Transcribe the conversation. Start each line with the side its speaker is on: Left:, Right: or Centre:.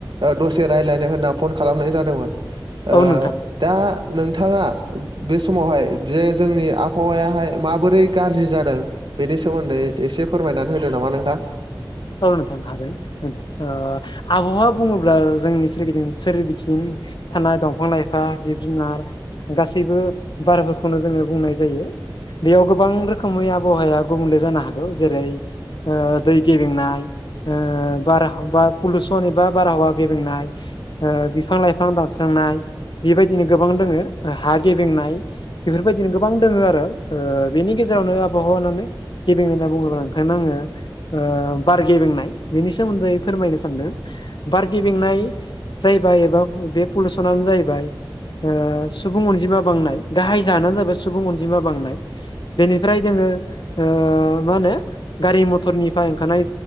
Right: ओ दसे रायलाय नो होन्ना फन खालामनाय जादोंमोन। ओ
Left: औ नोंथां
Right: दा नोंथाङा बे समावहाय जे जोंनि आबहावायाहाय माबोरै गाज्रि जादों बेनि सोमोनदै एसे फोरमायनानै होदो नामा नोंथां?
Left: औ नोंथां हागोन ओ आबहावा बुङोब्ला जोंनि सोरगिदिं सोरबिथिं थानाय दंफां लाइफां जिब जुनार गासैबो बारफोरखौनो जोङो बुंनाय जायो। बेयाव गोबां रोखोमै आबहावाया गुबुंले जानो हागौ जेरै ओ दै गेबेंनाय ओ बार पुलसन एबा बारहावा गेबेंनाय ओ बिफां लाइफां दानस्रांनाय बेबायदिनो गोबां दोङो ओ हा गेबेंनाय बेफोरबायदिनो गोबां दङो आरो ओ बेनि गेजेराव गेरावनो आबहावा होननानै गेबें‌ होनना बुङोबा नोंथांनो आङो ओ बार गेबेंनाय बेनि सोमोनदै फोरमायनो सानदों बार गेबेंनाय जायबा बा बे पलुसननो जाहैबाय ओ सुबुं अनजिमा बांनाय गाहाय जानायानो जाबाय सुबुं अनजिमा बांनाय बेनिफ्राय जोङो ओ मा होनो गारि मथर नि फ्राय ओंखारनाय